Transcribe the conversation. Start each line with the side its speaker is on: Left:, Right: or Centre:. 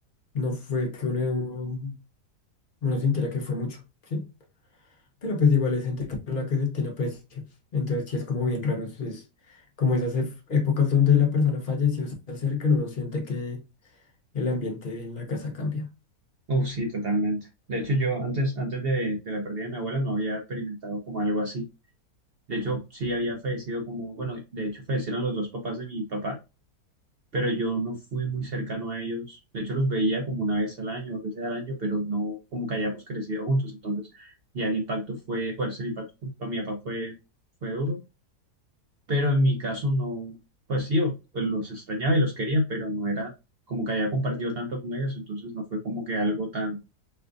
Left: no fue que uno, uno sintiera que fue mucho, ¿sí? Pero pues igual es gente con la que se tiene aprecio. ¿sí? Entonces sí es como bien raro. Es, es como esas ef- épocas donde la persona falleció, se acercan, uno siente que el ambiente en la casa cambia.
Right: Uf, sí, totalmente. De hecho, yo antes, antes de, de la pérdida de mi abuela no había experimentado como algo así. De hecho, sí había fallecido como, bueno, de hecho fallecieron los dos papás de mi papá, pero yo no fui muy cercano a ellos. De hecho, los veía como una vez al año, dos veces al año, pero no como que hayamos crecido juntos. Entonces, ya el impacto fue, pues el impacto para mi papá fue, fue duro, pero en mi caso no, pues sí, o- pues los extrañaba y los quería, pero no era como que haya compartido tanto con ellos, entonces no fue como que algo tan